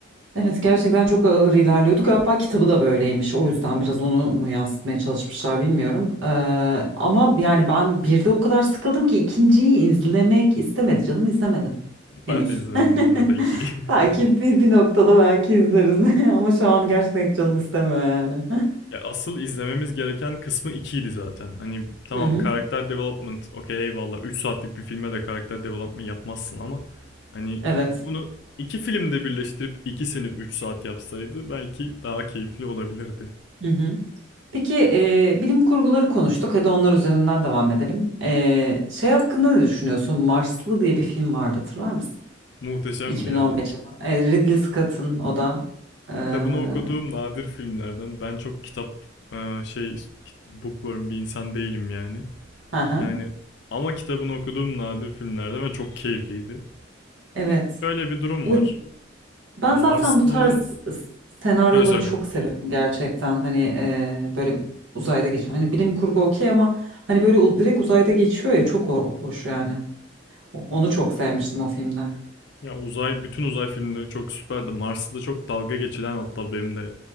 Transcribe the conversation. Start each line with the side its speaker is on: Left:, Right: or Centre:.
Right: Evet gerçekten çok ağır ilerliyordu. Galiba kitabı da böyleymiş. O yüzden biraz onu mu yansıtmaya çalışmışlar bilmiyorum. Ee, ama yani ben bir de o kadar sıkıldım ki ikinciyi izlemek istemedi canım izlemedim. Henüz.
Left: Ben de izlemedim
Right: <laughs>
Left: bu arada 2'yi.
Right: Belki
Left: <laughs>
Right: bir, bir noktada belki izleriz. <laughs> Ama şu an gerçekten hiç canım istemiyor yani.
Left: Ya asıl izlememiz gereken kısmı ikiydi zaten. Hani tamam
Right: <laughs> Hı hı.
Left: karakter development okey eyvallah 3 saatlik bir filme de karakter development yapmazsın ama hani
Right: Evet.
Left: bunu iki filmde birleştirip ikisini 3 saat yapsaydı belki daha keyifli olabilirdi.
Right: Hı hı. Peki e, bilim kurguları konuştuk. Hadi onlar üzerinden devam edelim. E, şey hakkında ne düşünüyorsun? Marslı diye bir film vardı hatırlar mısın?
Left: Muhteşemdi
Right: 2015
Left: ya.
Right: yapımı. E, Ridley Scott'ın o da. E, hı
Left: Kitabını okuduğum nadir filmlerden ben çok kitap e, şey bookworm bir insan değilim yani.
Right: hı,
Left: Yani ama kitabını okuduğum nadir filmlerden ve çok keyifliydi.
Right: evet.
Left: Şöyle bir durum
Right: Evet.
Left: var.
Right: Ben
Left: Marslı'nın
Right: zaten bu tarz senaryoları
Left: söyle söyle.
Right: çok seviyorum gerçekten. Hani e, böyle bir uzayda geçiyor. Hani bilim kurgu okey ama hani böyle u- direkt uzayda geçiyor ya çok ho- hoş yani. Onu çok sevmiştim o filmde.
Left: Ya uzay, bütün uzay filmleri çok süperdi. Mars'ı da çok dalga geçilen hatta benim de